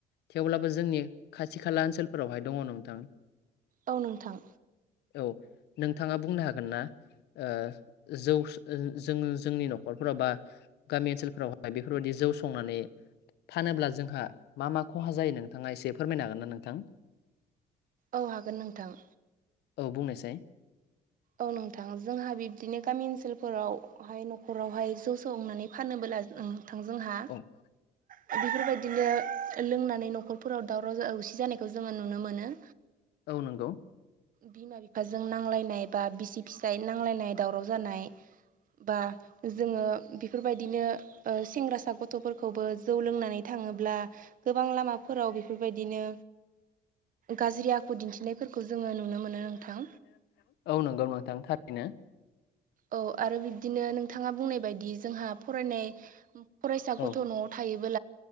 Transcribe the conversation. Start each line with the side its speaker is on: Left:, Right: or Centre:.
Left: थेवब्लाबो जोंनि खाथि खाला ओनसोलफोरावहाय दङ नोंथां।
Right: औ नोंथां
Left: औ नोंथाङा बुंनो हागोन ना - ओ जौ जों जोंनि न'खरफोराव बा गामि ओनसोलफोरावहाय बेफोरबायाददि जौ संनानै। फानोब्ला जोंहा मा मा खहा जायो नोंथाङा एसे फोरमायनो हागोन ना नोंथां।
Right: औ हागोन नोंथां
Left: औ बुंनोसै
Right: औ नोंथां जोंहा बिब्दिनो गामि ओनसोलफोरावहाय न'खरावहाय। जौ सनानै फाननोबोला नोंथां जोंहा
Left: औ।
Right: बेफोरबायदिनो लोंनानै न'खरफोराव दावराव दावसि जानायखौ जोङो नुनो मोनो।
Left: औ नंगौ
Right: बिमा बिफाजों नांलायनाय बा बिसि फिसाय नांलायनाय दावराव जानाय बा जोङो। बेफोरबायदिनो सेंग्रासा गथ'फोरखौबो जौ लोंनानै थाङोब्ला गोबां लामाफोराव बेफोरबायदिनो गाज्रि आखु दिन्थिनायफोरखौ
Left: दिन्थिनायफोरखौ
Right: जोङो नुनो मोनो
Left: जोङो
Right: नोंथां
Left: नुनो मोनो नथां औ नंगौ नोंथां थारैनो।
Right: औ आरो बिबदिनो नोंथाङा बुंनाय बायदि जोंहा फरायनाय फरायसा गथ'
Left: औ
Right: न'आव थायो